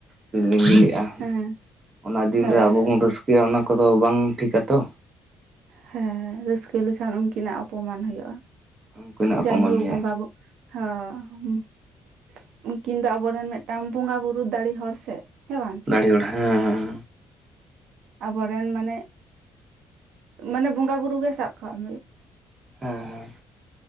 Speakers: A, on the right (about 45°); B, on the right (about 75°).
A: ᱠᱤᱱ ᱞᱤᱸᱜᱤ ᱞᱮᱫᱼᱟ᱾
B: ᱦᱮᱸ
A: ᱚᱱᱟ ᱫᱤᱱ
B: ᱦᱮᱸ
A: ᱨᱮ ᱟᱵᱚ
B: ᱦᱮᱸ
A: ᱵᱚᱱ ᱨᱟᱹᱥᱠᱟᱹᱭᱟ ᱚᱱᱟ ᱠᱚᱫᱚ ᱵᱟᱝ ᱴᱷᱤᱠᱟ ᱛᱚ᱾
B: ᱦᱮᱸ ᱨᱟᱹᱥᱠᱟᱹ ᱞᱮᱠᱷᱟᱱ ᱩᱱᱠᱤᱱᱟᱜ ᱚᱯᱚᱢᱟᱱ ᱦᱩᱭᱩᱜᱼᱟ
A: ᱩᱱᱠᱤᱱᱟᱜ ᱚᱯᱚᱢᱟᱱ
B: ᱡᱟᱭᱦᱳᱠ
A: ᱦᱩᱭᱩᱜᱼᱟ
B: ᱵᱚᱸᱜᱟ - ᱦᱚᱸ ᱩᱱᱠᱤᱱ ᱫᱚ ᱟᱵᱚᱨᱮᱱ ᱢᱤᱫᱴᱟᱝ ᱵᱚᱸᱜᱟ ᱵᱩᱨᱩ ᱫᱟᱲᱮ ᱦᱚᱲ ᱥᱮ᱾ ᱦᱮᱸ ᱵᱟᱝ ᱥᱮ
A: ᱫᱟᱲᱮ ᱦᱚᱲ ᱦᱮᱸ ᱦᱮᱸ᱾
B: ᱟᱵᱚᱨᱮᱱ ᱢᱟᱱᱮ ᱢᱟᱱᱮ ᱵᱚᱸᱜᱟ ᱵᱩᱨᱩ ᱜᱮ ᱥᱟᱵ ᱠᱟᱜ ᱢᱮ᱾
A: ᱦᱮᱸ ᱦᱮᱸ